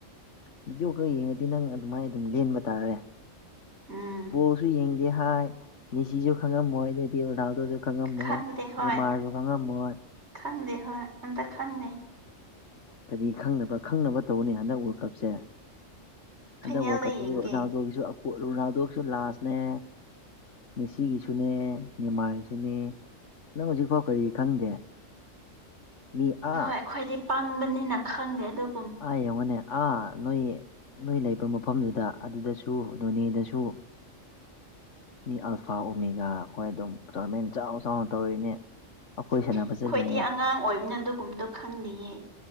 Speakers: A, on the left; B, on the right.
A: ꯚꯗꯤꯑꯣ ꯈꯔ ꯌꯦꯡꯉꯗꯤ ꯅꯪ ꯑꯗꯨꯃꯥꯏꯅ ꯑꯗꯨꯝ ꯂꯦꯟꯕ ꯇꯥꯔꯦ
B: ꯎꯝ
A: ꯕꯣꯜꯁꯨ ꯌꯦꯡ ꯍꯥꯏꯥꯏ ꯃꯅꯤꯁꯤꯁꯨ ꯈꯪꯉ ꯃꯣꯏꯗꯤ ꯑꯣꯅꯥꯎꯗꯁꯨ ꯈꯪꯉꯝꯃꯣꯏ
B: ꯈꯪꯗꯦ ꯍꯣꯏ
A: ꯃꯥꯔꯁꯨ ꯈꯪꯉꯝꯃꯣꯏ
B: ꯈꯪꯗꯦ ꯍꯣꯏ ꯑꯇ ꯈꯪꯗꯦ
A: ꯀꯔꯤ ꯈꯪꯅꯕ꯭ꯔꯥ ꯈꯪꯅꯕ ꯇꯧꯕꯅꯤ ꯍꯟꯗꯛ ꯋꯥꯔꯜ ꯀꯞꯁꯦ
B: ꯐꯥꯏꯅꯦꯜꯗ
A: ꯍꯟꯗꯛ ꯋꯥꯔꯜ ꯀꯞꯁꯤꯗꯤ
B: ꯌꯦꯡꯒꯦ
A: ꯔꯣꯅꯥꯜꯗꯣꯒꯤꯁꯨ ꯔꯣꯅꯥꯜꯗꯣꯒꯤꯁꯨ ꯂꯥꯁꯅꯦ ꯃꯦꯁꯤꯒꯤꯁꯨꯅꯦ ꯅꯅꯤꯦꯃꯥꯒꯤꯁꯨꯅꯦ ꯅꯪ ꯍꯧꯖꯤꯛꯐꯥꯎ ꯀꯔꯤ ꯈꯪꯗꯦ ꯃꯤ
B: ꯍꯣꯏ
A: ꯑ
B: ꯑꯩꯈꯣꯏꯗꯤ ꯄꯪꯕꯅꯤꯅ ꯈꯪꯗꯦ ꯑꯗꯨ
A: ꯍꯥꯏ ꯃꯅꯦ ꯑꯥ ꯅꯣꯏ ꯅꯣꯏ ꯂꯩꯕ ꯃꯐꯝꯗꯨꯗ ꯑꯗꯨꯗꯁꯨ ꯅꯣꯅꯦꯗꯁꯨ ꯃꯤ ꯑꯜꯐꯥ ꯑꯣꯃꯤꯒꯥ ꯑꯩꯈꯣꯏ ꯑꯗꯨꯝ ꯇꯣꯔꯃꯦꯟ ꯆꯥꯎ ꯆꯥꯎꯅ ꯇꯧꯔꯤꯅꯦ ꯑꯩꯈꯣꯏ ꯁꯥꯟꯅꯕ
B: ꯑꯩꯈꯣꯏꯗꯤ
A: ꯆꯠꯂꯤꯅꯦ
B: ꯑꯉꯥꯡ ꯑꯣꯏꯕꯅ ꯑꯗꯨꯒꯨꯝꯗꯣ ꯈꯪꯂꯤꯌꯦ